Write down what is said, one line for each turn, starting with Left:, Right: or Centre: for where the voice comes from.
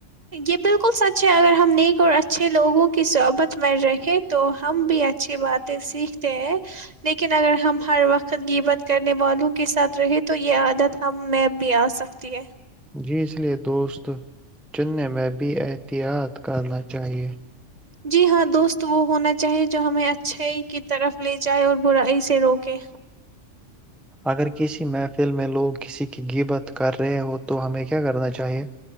Right: یہ بالکل سچ ہے اگر ہم نیک اور اچھے لوگوں کی صحبت میں رہیں تو ہم بھی اچھی باتیں سیکھتے ہیں لیکن اگر ہم ہر وقت گ بت کر والوں کے ساتھ رہے تو یہ عادت ہم میں بھی آ سکتی ہے
Centre: جی اس لیے دوست چننے میں بھی احتیاط کرنا چاہیے
Right: جی ہاں دوست وہ ہونا چاہیے جو ہمیں اچھے کی طرف لے جائے اور برا سے روکے
Centre: اگر کسی محفل میں لوگ کسی کی گبت کر رہے ہو تو ہمیں کیا کرنا چاہیے